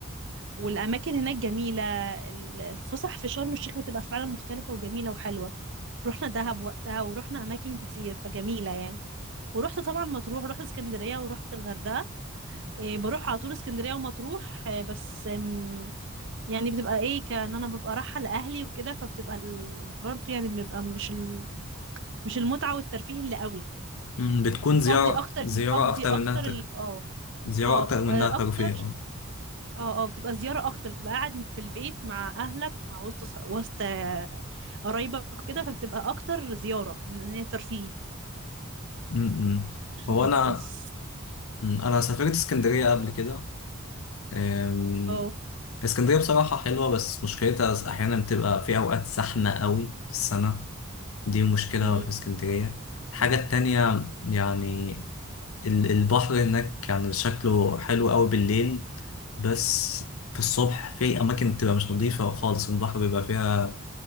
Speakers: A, on the right (about 60°); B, on the left (about 80°).
A: والأماكن هناك جميلة ال- الفسح في شرم الشيخ بتبقى فعلا مختلفة وجميلة وحلوة رحنا دهب وقتها ورحنا أماكن كتير فجميلة يعني ورحت طبعا مطروح ورحت اسكندرية ورحت الغردقة إيه بروح على طول اسكندرية ومطروح إيه بس آم، يعني بتبقى ايه كأن انا ببقى رايحة لأهلي وكده فبتبقى ال... برضه يعني بيبقى مش ال... مش المتعة والترفيه اللي قوي
B: م، بتكون
A: بتقضي
B: زيارة
A: اكتر
B: زيارة
A: بتقضي
B: أكتر
A: اكتر
B: من إنها تك-
A: ال... اه
B: زيارة
A: اه
B: أكتر
A: بتبقى
B: من إنها
A: اكتر
B: ترفيه أه
A: اه اه بتبقى زيارة اكتر بتبقى قاعد في البيت مع اهلك مع وسط صح- وسط آه، قرايبك وكده فبتبقى اكتر زيارة من ان هي ترفيه
B: م- م. هو
A: مم.
B: أنا
A: بس
B: مم، انا سافرت اسكندريه قبل كده أم،
A: اه
B: اسكندريه بصراحه حلوه بس مشكلتها احيانا بتبقى في اوقات زحمه قوي في السنه دي مشكله
A: أمم.
B: في اسكندريه الحاجه التانية يعني ال- البحر هناك كان شكله حلو قوي بالليل بس في الصبح في اماكن بتبقى مش نظيفه خالص البحر بيبقى فيها